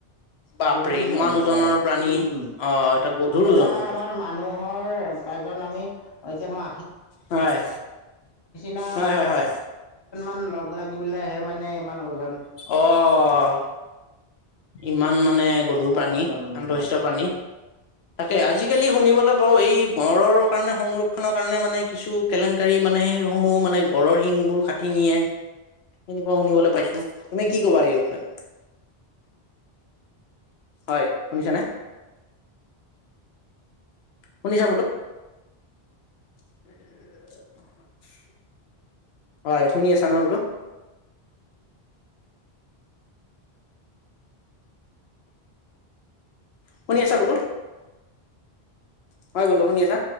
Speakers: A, on the left; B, on the left.
A: বাপৰে
B: বহুত ওজন
A: ইমান
B: উম,
A: ওজনৰ প্ৰাণী অ এটা গধুৰ
B: ধৰা
A: ওজন কিন্তু
B: আমাৰ মানুহৰ এজন আমি এতিয়া মই
A: হয়
B: আ
A: হয় হয় হয়
B: <unintelligible> লাগ পাইহে মানে ইমান উজন
A: অ' ইমান মানে গধুৰ
B: ইমান
A: প্ৰাণী।
B: ওজন
A: সাটোষ্ট
B: লাগিব
A: প্ৰাণী। তাকে আজিকালি শুনিবলৈ পাও এই গড়ৰ কাৰণে সংৰক্ষনৰৰ কাৰণে মানে কিছু কেলেংকাৰী মানে সেই সমূহ মানে গড়ৰ শিংবোৰ কাটি নিয়ে সেনেকুৱা শুনিবলৈ পাইছো। তুমি কি কবা এই বিষয়ে? হয় শুনিছা নে? শুনিছা বোলো। <inaudible> হয় শুনি আছা ন বোলো । শুনি আছা বোলো । হয় বন্ধু শুনি আছা?